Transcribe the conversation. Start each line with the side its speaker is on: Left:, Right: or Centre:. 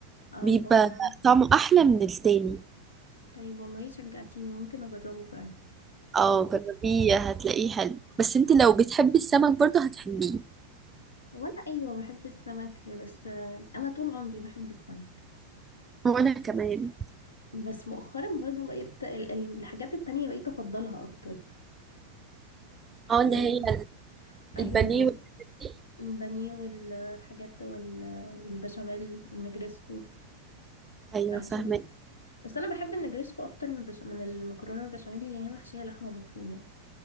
Left: أه
Right: بيبقى
Left: اللي هو
Right: طعمه احلى من التاني
Left: طيب والله شجعتيني ممكن أجربه فعلا
Right: اه جربيه هتلاقيه حلو بس انت لو بتحبي السمك برضه هتحبيه
Left: وأنا أيوة بحب السمك بس أه، أنا طول عمري بحب السمك
Right: وانا كمان
Left: بس مؤخرا برضو بقيت ال- ال- الحاجات التانية بقيت أفضلها أكتر
Right: اه اللي
Left: زي
Right: هي
Left: أيوة
Right: البانيه
Left: ال-
Right: والحاجات دي
Left: البانيه والحاجات وال- والبشاميل والنجريسكو
Right: ايوه
Left: فعشان
Right: فاهمه
Left: كده بس انا بحب النجريسكو اكتر من البش... من المكرونه البشاميل اللي هي محشيه لحمه مفرومه